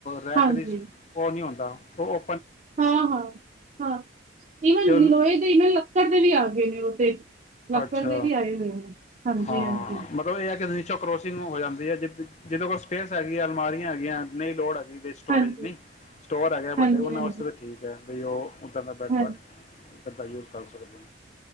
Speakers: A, on the left; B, on the right.
A: ਰੈਕ
B: ਹਾਂਜੀ,
A: ਦੀ, ਉਹ ਨਹੀਂ ਹੁੰਦਾ। ਓਹ,
B: ਹਾਂ ਹਾਂ, ਹਾਂ ਈਵਨ
A: ਉਹ
B: ਲੋਹੇ ਦੇ ਈਵਨ ਲੱਕੜ ਦੇ ਵੀ ਆ ਗਏ ਨੇ ਉਹ ਤੇ ਲੱਕੜ
A: ਅੱਛਾ
B: ਦੇ ਵੀ ਆਏ ਹੋਏ ਨੇ ਹਾਂਜੀ
A: ਹਾਂ,
B: ਹਾਂਜੀ
A: ਮਤਲਬ ਇਹ ਹੈ ਕਿ ਤੁਸੀਂ ਵਿਚੋਂ ਕਰੋਸਿੰਗ ਹੋ ਜਾਂਦੀ ਹੈ ਜਿ ਜਿਹਦੇ ਕੋਲ ਸਪੇਸ ਹੈਗੀ ਆ, ਅਲਮਾਰੀਆਂ ਹੈਗੀਆਂ ਨਹੀਂ ਲੋੜ ਜਿਹਦੇ ਸਟੋਰੇਜ
B: ਹਾਂਜੀ
A: ਨਹੀਂ, ਸਟੋਰ ਹੈਗੇ
B: ਹਾਂਜੀ
A: ਵੱਡੇ ਉਹਨਾਂ
B: ਹਾਂਜੀ
A: ਵਾਸਤੇ ਤਾਂ ਠੀਕ ਹੈ। ਤੇ ਉਹ ਉਤਰਨਾ ਪੈਟਰਾ
B: ਹਾਂਜੀ
A: ਦਾ ਯੂਜ਼ ਕਰ ਸਕਦੇ ਹੋ।